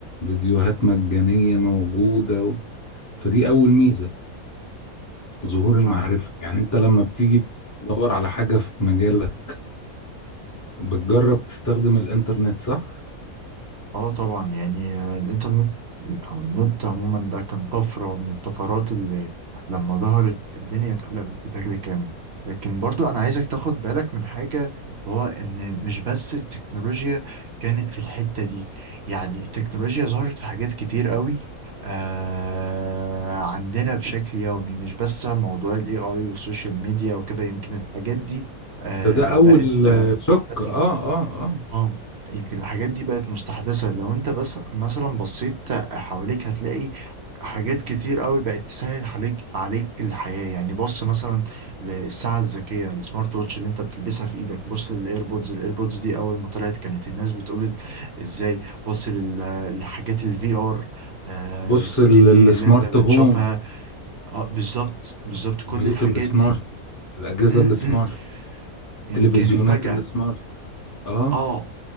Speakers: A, on the left (about 25°); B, on the right (about 50°).
A: فيديوهات مجانية موجودة و... فدي اول ميزة ظهور المعرفة
B: فاهمك
A: يعني انت لما بتيجي تدور على حاجة في مجالك بتجرب تستخدم الانترنت صح؟
B: اه طبعا يعني آه، الانترنت او النت عموما ده كان طفرة من الطفرات اللي لما ظهرت الدنيا اتقلبت بشكل كامل لكن برضو انا عايزك تاخد بالك من حاجة وهو ان مش بس التكنولوجيا كانت في الحتة دي يعني التكنولوجيا ظهرت في حاجات كتير قوي آه عندنا بشكل يومي مش بس موضوع الاي اي والسوشيال ميديا وكده يمكن الحاجات دي آه
A: ده ده
B: بقت
A: اول
B: آه،
A: شق
B: مستحدثة
A: اه اه اه
B: اه يمكن الحاجات دي بقت مستحدثة لو انت بس مثلا بصيت حواليك هتلاقي حاجات كتير قوي بقت تسهل عليك عليك الحياة يعني بص مثلا للساعة الذكية السمارت ووتش اللي انت بتلبسها في ايدك بص للايربودز الايربودز دي اول ما طلعت كانت الناس بتقول إز- ازاي بص لل- للحاجات الفي ار ال
A: بص
B: 3
A: ال-
B: دي
A: السمارت
B: اللي انت بتشوفها
A: هوم
B: اه بالظبط بالظبط كل
A: البيوت
B: الحاجات
A: السمارت
B: دي
A: الأجهزة
B: امم
A: السمارت التلفزيونات
B: يمكن فجأة
A: السمارت اه
B: اه